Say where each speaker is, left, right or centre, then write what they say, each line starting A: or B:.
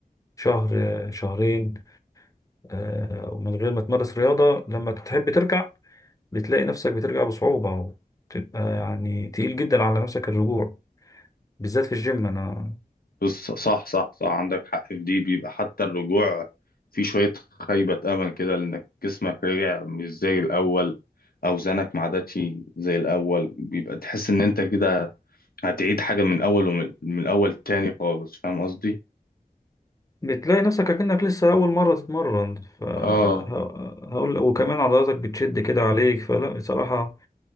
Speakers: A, on the left; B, on the left.
A: شهر آه، شهرين آه، ومن غير ما تمارس رياضة لما تحب ترجع بتلاقي نفسك بترجع بصعوبة وتبقى يعني تقيل جدا على نفسك الرجوع بالذات في الجيم أنا
B: بص صح صح صح عندك حق في دي بيبقى حتى الرجوع في شوية خيبة أمل كده لأنك جسمك رجع مش زي الأول أوزانك ما عادتش زي الأول بيبقى تحس إن أنت كده هتعيد حاجة من أول ومن من أول تاني خالص فاهم قصدي؟
A: بتلاقي نفسك أكنك لسه أول مرة تتمرن ف ه-
B: آه
A: هقول وكمان عضلاتك بتشد كده عليك فلا بصراحة